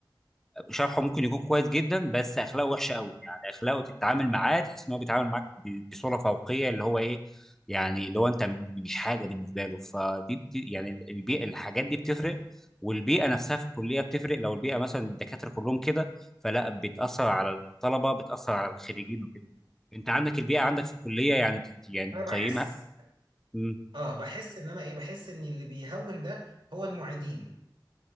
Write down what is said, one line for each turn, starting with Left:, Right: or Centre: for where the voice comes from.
Centre: شرحه ممكن يكون كويس جدا بس اخلاقه وحشه قوي يعني اخلاقه تتعامل معاه تحس ان هو بيتعامل معاك ب- بصوره فوقيه اللي هو ايه يعني اللي هو انت م- مش حاجه بالنسبه له فدي بت- يعني البيئه الحاجات دي بتفرق والبيئه نفسها في الكليه بتفرق لو البيئه مثلا الدكاتره كلهم كده فلا بتاثر على الطلبه بتاثر على الخريجين وكده انت عندك البيئه عندك في الكليه يعني بت- يعني
Right: أنا بحس
Centre: تقيمها مم،
Right: آه بحس إن أنا إيه؟ بحس إن اللي بيهون ده هو المعيدين